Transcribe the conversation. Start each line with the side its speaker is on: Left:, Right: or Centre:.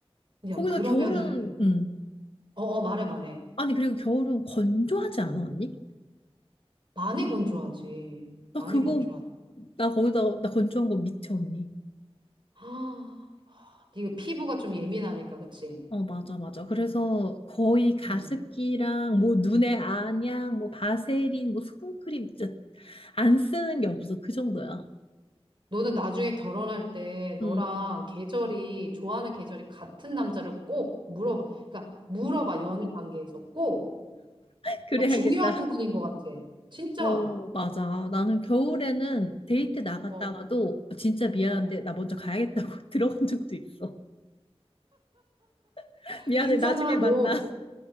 Right: 야,
Left: 거기다
Right: 그러면은
Left: 겨울은, 음.
Right: 어, 어, 말해 말해.
Left: 아니, 그리고 겨울은 건조하지 않아, 언니?
Right: 많이 건조하지.
Left: 나
Right: 많이
Left: 그거,
Right: 건조하지.
Left: 나 거기다, 나 건조한 거 미쳐, 언니.
Right: <gasps> 아, 네가 피부가 좀 예민하니까 그치?
Left: 어, 맞아, 맞아. 그래서 거의 가습기랑
Right: 응.
Left: 뭐 눈에 안약, 뭐 바세린, 뭐 수분크림, 진짜 안 쓰는 게 없어. 그 정도야.
Right: 너는 나중에 결혼할 때 너랑
Left: 응.
Right: 계절이, 좋아하는 계절이 같은 남자를 꼭 물어봐. 그러니까 물어봐, 연애 관계에서 꼭.
Left: <laughs> 그래야겠다.
Right: 아, 중요한 부분인 것 같아. 진짜.
Left: 어, 맞아. 나는 겨울에는 데이트 나갔다가도
Right: 어,
Left: 진짜 미안한데
Right: 어.
Left: 나 먼저 가야겠다고 <laughs> 들어간 적도 있어. <laughs> 미안해.
Right: 그 있잖아,
Left: 나중에 만나.
Right: 너,